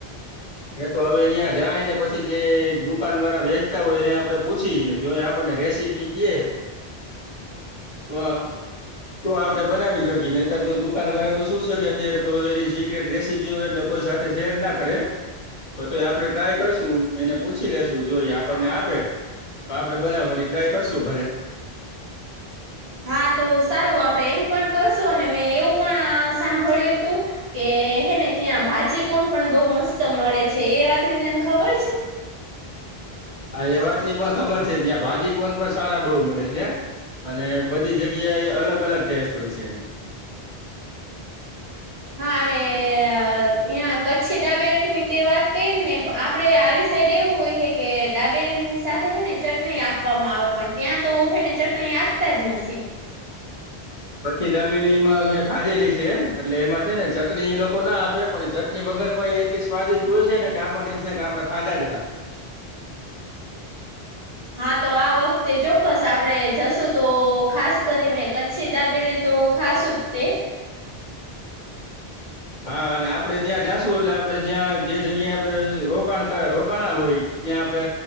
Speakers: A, on the left; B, on the right.
A: એ તો હવે અહયા જાય ને પછી જે દુકાન વાળા વેચતા હોય એને આપડે પૂછીને જો એ આપણને રેસીપી કએ તો તો આપડે બનાવી શકીએ ને અત્યારે તો દુકાન વાળ તો શું શકે અત્યારે તો એનીી રેસીપી એટલે કોઈ સાથે શેર ના કરે તો તો એ આપડણે ટ્રાય કરશું એને પૂછી લેશુ જોઈ આપણને આપે તો આપડણે બનાવવાની ટ્રાય કરશું ઘરે
B: હા તો સારું આપડે એમ પણ કરશું અને મેં એવું પણ સાંભળ્યું તું કે હે ને ત્યાં ભાજી કોણ પણ બઉ મસ્ત મળે છે એ વાત ને તને ખબર છે
A: હા એ વાત ની પણ ખબર છે ત્યાં ભાજી કોણ પણ સારા બહ મળે ત્યાં અને બધી જગ્યા એ અલગ અલગ ટેસ્ટ હોય છે એનો
B: હા અને હં કચ્છી દાબેલી ની તે વાત કરીને આપડે આ સાઈડ એવું હોય છે કે દાબેલીની સાથેને ચટણી આપવામાં આવે પણ ત્યાં તો હેને ચટણી આપતા જ નથી
A: પછી દાબેલી માં મેમે ખાધેલી છે એટલે એમાં છે ને ચટણી એ લોકો ના આપે પણ ચટણી વગર પણ એટલી સ્વાદિષ્ટ હોય છે ને કે આપણને એમ થ કે આપણેે ખાધા જ રાખું
B: હા તો આ વખતે ચોક્કસ આપડે જશું તો ખાસ કરીને છીધાબીલી તો ખાસટતી
A: હા અને આપડે ત્યાં જાશું એટલે આપડે જ્યાં જે જગ્યાએ આપડે રોકાણ રોકાણા હોય ત્યાં આપડે